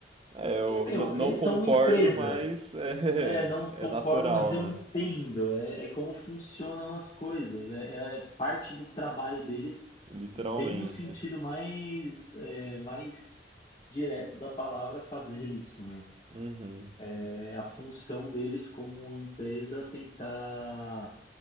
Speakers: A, on the right; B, on the left.
A: É,
B: porque,
A: eu
B: meu,
A: n- não
B: eles
A: concordo,
B: são uma empresa.
A: mas <laughs> é,
B: É, não concordo,
A: é natural,
B: mas eu
A: né?
B: entendo. É, é como funcionam as coisas. É, é é parte do trabalho deles,
A: Literalmente.
B: bem no sentido mais, é, mais direto da palavra fazer isso, né?
A: Uhum.
B: É a função deles como empresa tentar